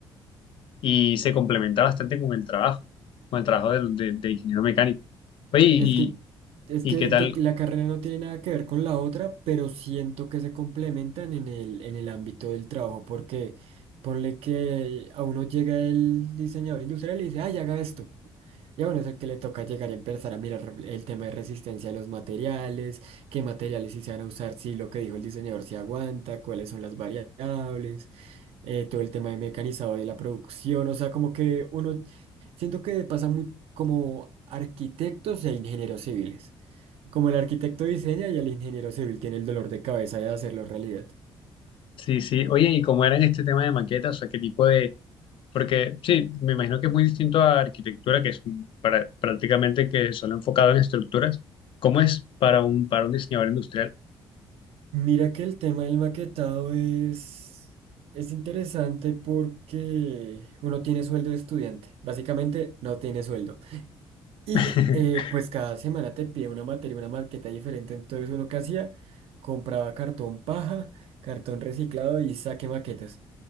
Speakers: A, on the left (about 60°); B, on the right (about 80°).
A: y se complementa bastante con el trabajo, con el trabajo del- de, de ingeniero mecánico. Oye, ¿y,
B: es que es
A: y
B: que
A: qué tal?
B: de- la carrera no tiene nada que ver con la otra, pero siento que se complementan en el en el ámbito del trabajo porque ponle que a uno llega el diseñador industrial y dice, "Ay, haga esto." Y a uno es el que le toca llegar y empezar a mirar el tema de resistencia de los materiales, qué materiales sí se van a usar, si lo que dijo el diseñador se aguanta, cuáles son las variables, eh, todo el tema de mecanizado de la producción, o sea, como que uno, siento que pasa muy como arquitectos e ingenieros civiles, como el arquitecto diseña y el ingeniero civil tiene el dolor de cabeza de hacerlo realidad.
A: Sí, sí, oye, ¿y cómo era en este tema de maquetas? O sea, ¿qué tipo de...? Porque sí, me imagino que es muy distinto a arquitectura, que es un- para, prácticamente que solo enfocado en estructuras. ¿Cómo es para un, para un diseñador industrial?
B: Mira que el tema del maquetado es, es interesante porque uno tiene sueldo de estudiante, básicamente no tiene sueldo. Y
A: <laughs>
B: eh, pues cada semana te pide una materia, una maqueta diferente, entonces uno que hacía, compraba cartón paja, cartón reciclado y saque maquetas.